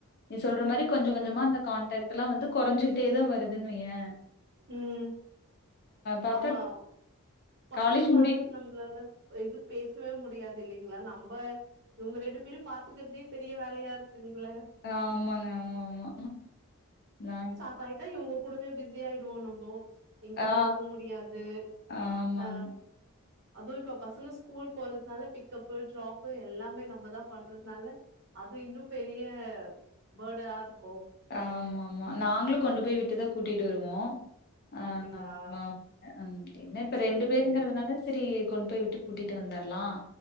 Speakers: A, on the left; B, on the right.
A: நீ சொல்ற மாரி கொஞ்ச கொஞ்சமா
B: ம்
A: அந்த கான்டக்ட் ட்டல்லா வந்து கொறஞ்சிட்டே தா வருதுன்னு வைய்யே
B: ம்
A: பாத்தா
B: ஆமா பசங்ளால்
A: காலேஜ் முடி
B: நம்ளால இது பேசவே முடியாது இல்லைங்ளா நம்ப இவுங்க ரெண்டு பேரையு பாத்துக்ரதே பெரிய வேலையா இருக்குங்ள
A: ஆமாங்க ஆமா ஆமா நா
B: ஆய்ட்டா இவங்க கூடவே பிசி ஆயிடுவோ நம்போ எங்கயோ
A: ஆ
B: போ போ முடியாது
A: ஆமாங்க
B: அ அதுவு இப்ப பசங்க ஸ்கூல் போறதுனால பிக்கப்பு ட்ராப்பு எல்லாமே நம்மதா பண்றதுனால அது இன்னு பெரிய பர்டனா இருக்கு
A: ஆமா ஆமா நாங்களு கொண்டு போய் விட்டுதா கூட்டிட்டு வருவோ அ
B: அப்டிங்களா
A: அ என்ன இப்ப
B: செரி
A: ரெண்டு பேருங்கிறதுனால
B: செரி
A: சரி கொண்டு போய் விட்டு கூட்டிட்டு வந்துரலா